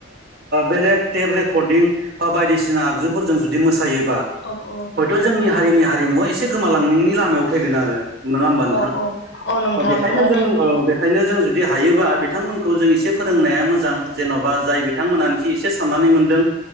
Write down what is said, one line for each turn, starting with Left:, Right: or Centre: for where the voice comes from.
Right: बेलेग टेप रेकर्डिं बा बायदिसिना आगजुफोरजों जुदि मोसायो बा
Left: औ औ
Right: हयथ' जोंनि हारिनि हारिमुवा एसे गोमालांनायनि लामायाव फैगोन आरो नङा होमबा नोंथां
Left: औ औ औ नोंथां
Right: बेखायनो
Left: औ
Right: जों बेखायनो जों जुदि हायोबा बिथांमोनखौ जों एसे फोरोंनाया मोजां जेन'बा जाय बिथांमोनानोखि एसे साननानै मोनदों